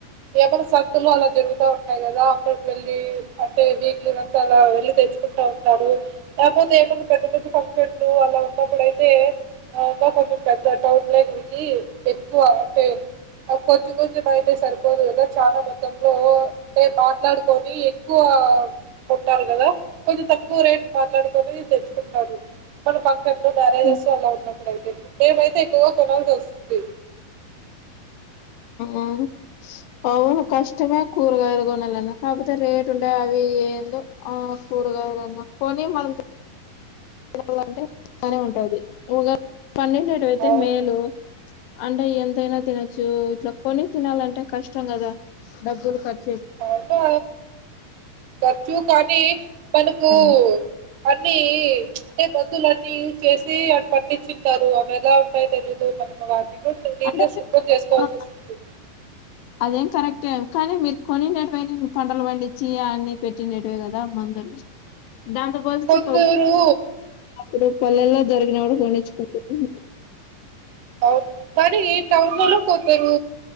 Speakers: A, on the right; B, on the left.
A: ఏకడో సతులు అలా జరుగుతా ఉంటాయి కదా. ఇక్కడికి వెళ్ళి అంటే వీక్లీ వన్స్ అలా వెళ్ళి తెచ్చుకుంటా ఉంటారు. లేకపోతే కొంచెం పెద్ద పెద్ద ఫంక్షన్లు అలా ఉన్నప్పుడు అయి తే ఒక కొ పెద్ద టౌన్ లోకి వెళ్ళి ఎక్కువ అంటే కొంచెం కొంచెం అయితే సరిపోదు కదా చాలా మొత్తంలో అంటే మాట్లాడు. కొని ఎక్కువ కొట్టారు కదా కొంచెం తక్కువ రేట్ మాట్లాడుకోని తెచ్ చెప్పారు మన ప చెప్పి బానే
B: హ్మ్
A: చేస్తూ అలా ఉన్నప్పుడైతే మేమైతే ఎక్కువగా కొనాల్సి వస్తుంది
B: ఆ అవును కష్టమే కూరగాయలు కొనాలన్నా కాకపోతే రేటు ఉంటే అవి ఏందో ఆ కూరగాయలు కొన్నా. కొనీ మనిస్ <unintelligible> ఉంటది నుగ పండించేటివైతే
A: అవును
B: మేలు అంటే ఎంతైనా తినొచ్చు ఇట్లా కొని తినాలంటే కష్టం కదా డబ్బులు కట్
A: అవునా ఖర్చు కానీ మనకూ
B: ము
A: అన్నీ అంటే మంధులు అన్నీ యూజ్ చేసి అటు పండించింటారు అవి ఎలా ఉంటాయో తెలీదు మనము నీటీలో
B: అంటే
A: శుద్ధం చేసుకోవాల్సి
B: ఆ
A: వస్తుంది
B: అదేం కరెక్టే కానీ మీరు కొనేనట్టువైతే పంటలు పండించి అన్ని పెట్టినటువే కదా మందులు దాంతో పోలిస్తే
A: కొందరూ
B: ఇప్పుడు పల్లేలే జరిగినప్పుడు కొనొచ్చుకుంట
A: అవును కానీ ఈ టౌన్లలో కొందరు